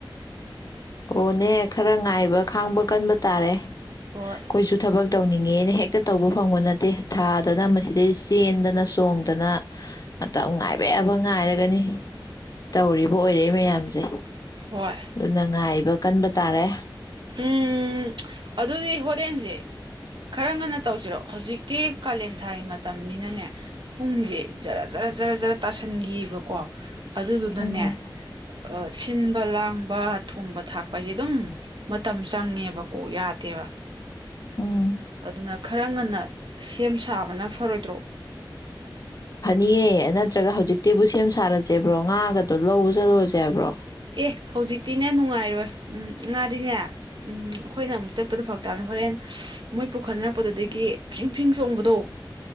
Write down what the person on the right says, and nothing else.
ꯍꯣꯏ
ꯎꯝ
ꯍꯣꯏ
ꯎꯝ ꯑꯗꯨꯗꯤ ꯍꯣꯔꯦꯟꯁꯦ ꯈꯔ ꯉꯟꯅ ꯇꯧꯁꯤꯔꯣ ꯍꯧꯖꯤꯛꯇꯤ ꯀꯥꯂꯦꯟ ꯊꯥꯒꯤ ꯃꯇꯝꯅꯤꯅꯅꯦ ꯄꯨꯡꯁꯦ ꯖꯔ ꯖꯔ ꯖꯔ ꯖꯔ ꯇꯥꯁꯟꯈꯤꯕꯀꯣ ꯑꯗꯨ ꯑꯗꯨꯗꯟꯅꯦ
ꯑ ꯁꯤꯟꯕ ꯂꯥꯡꯕ ꯊꯣꯡꯕ ꯊꯥꯛꯄ ꯍꯥꯏꯁꯦ ꯑꯗꯨꯝ ꯃꯇꯝ ꯆꯪꯉꯦꯕꯀꯣ ꯑꯣ ꯌꯥꯗꯦꯕ
ꯑꯗꯨꯅ ꯈꯔ ꯉꯟꯅ ꯁꯦꯝ ꯁꯥꯕꯅ ꯐꯔꯣꯏꯗ꯭ꯔꯣ
ꯑꯦ ꯍꯧꯖꯤꯛꯇꯤꯅꯦ ꯅꯨꯡꯉꯥꯏꯔꯣꯏ ꯎꯝ ꯉꯥꯗꯤꯅꯦ ꯎꯝ ꯑꯩꯈꯣꯏꯅ ꯑꯃꯨꯛ ꯆꯠꯄꯗꯣ ꯐꯛ ꯇꯥꯕꯅꯦ ꯍꯣꯔꯦꯟ ꯃꯣꯏ ꯄꯨꯈꯠꯅꯔꯛꯄꯗꯨꯗꯒꯤ ꯐ꯭ꯔꯤꯡ ꯐ꯭ꯔꯤꯡ ꯆꯣꯡꯕꯗꯣ